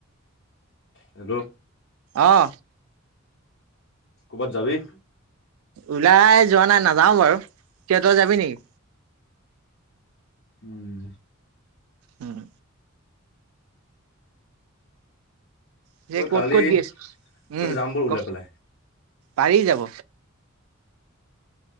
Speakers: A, on the left (about 60°); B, on the right (about 85°).
A: হেল্ল'
B: অ
A: ক'ৰবাত যাবি?
B: ওলাই যোৱা নাই নাযাওঁ বাৰু। কিয় তই যাবি নেকি?
A: উম।
B: উম। পিছে
A: মই
B: ক'ত
A: কালি
B: ক'ত দি আছে
A: ক'ত
B: উম
A: যাম বল ওলাই
B: ক
A: পেলাই
B: পাৰি যাব